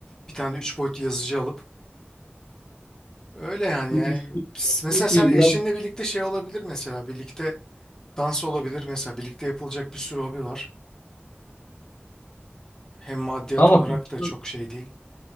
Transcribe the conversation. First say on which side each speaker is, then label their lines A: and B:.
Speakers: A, on the left; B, on the left.
A: Bir tane de üç boyutlu yazıcı alıp. Öyle yani
B: Şu
A: yani
B: üçlü-
A: s- mesela
B: birisi
A: sen eşinle
B: biraz
A: birlikte şey olabilir mesela birlikte dans olabilir mesela birlikte yapılacak bir sürü hobi var. Hem maddiyat
B: ama
A: olarak
B: kafaların-
A: da çok şey değil.